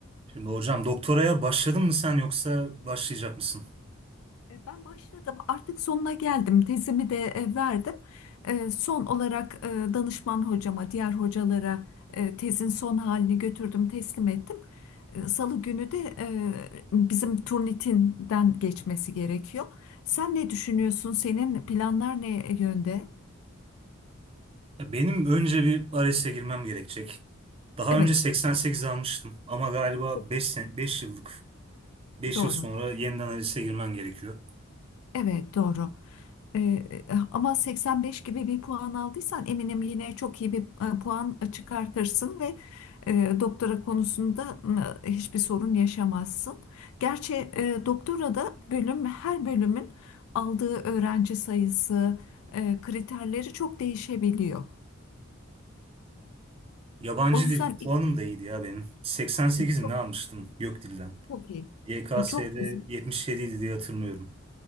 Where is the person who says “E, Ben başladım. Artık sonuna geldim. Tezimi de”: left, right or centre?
Left